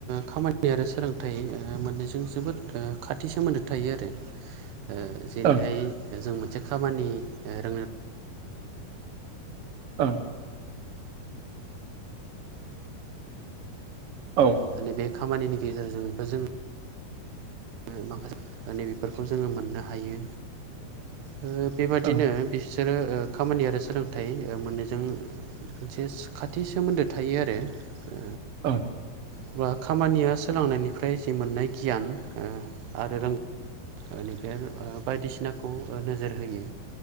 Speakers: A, on the right; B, on the right.
A: खामानि आरो सोलोंथाइ मोन्नैजों जोबोद खाथि सोमोन्दो थायो आरो ओ जेरैहाय
B: ओं
A: जों मोनसे खामानि रोंनो
B: ओं औ
A: माने बे खामानिनि गेजेरजों जोङो ङो माखासे नै बेफोरखौ जोङो मोननो हायो ओ बेबादिनो
B: ओं
A: बेसोरो खामानि आरो सोलोंथाइ मोननैजों मोनसे खाथि सोमोन्दो थायो आरो। ओ
B: औ
A: अब्ला खामानिया सोलोंनायनिफ्राय जि मोननाय गियान ओ आरो रों-नैबे ओ बायदिसिनाखौ नोजोर होयो।